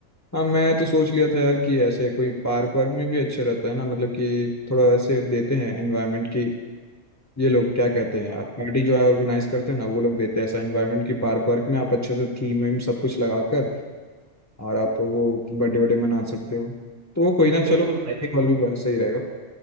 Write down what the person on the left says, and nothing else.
हाँ मैं तो सोच लिया था यार कि ऐसे कोई पार्क वार्क में भी अच्छे रहता है ना मतलब कि थोड़ा ऐसे देते हैं एनवायरनमेंट की ये लोग क्या कहते
हैं यार पार्टी जो है ऑर्गेनाइज करते हैं ना वो लोग देते हैं ऐसा एनवायरनमेंट कि पार्क वार्क में आप अच्छे से थीम वीम सब कुछ लगाकर और आप वो बर्थडे बर्थडे मना सकते हो तो वो कोई ना चलो
एक और भी सही रहेगा